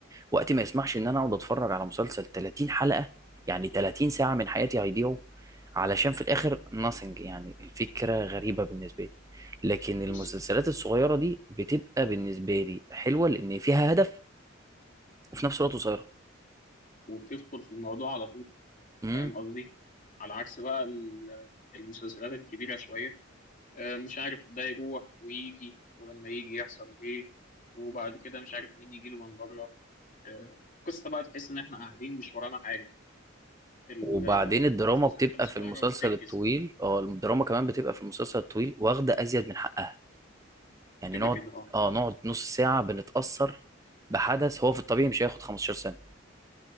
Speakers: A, on the right; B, on the left.
A: وقتي ما يسمحش ان انا اقعد اتفرج على مسلسل 30 حلقة يعني 30 ساعة من حياتي هيضيعوا علشان في الاخر nothing يعني الفكرة غريبة بالنسبة لي لكن المسلسلات
B: بالظبط
A: الصغيرة دي بتبقى بالنسبة لي حلوة لان فيها هدف وفي نفس الوقت قصيرة
B: وبتدخل في الموضوع على طول
A: امم
B: فاهم قصدي على عكس بقى ال- المسلسلات الكبيرة شوية آه، مش عارف ده يروح ويجي ولما يجي يحصل إيه وبعد كده مش عارف مين يجيله من بره آه، قصة بقى تحس إن إحنا قاعدين مش ورانا حاجة ال-
A: وبعدين
B: آه،
A: الدراما
B: المسلسلات
A: بتبقى
B: الصغيرة
A: في المسلسل
B: بتنجز
A: الطويل اه الدراما كمان بتبقى في المسلسل الطويل واخدة ازيد من حقها يعني
B: كده
A: نقعد
B: كده أه
A: اه نقعد نص ساعة بنتأثر بحدث هو في الطبيعي مش هياخد 15 ثانية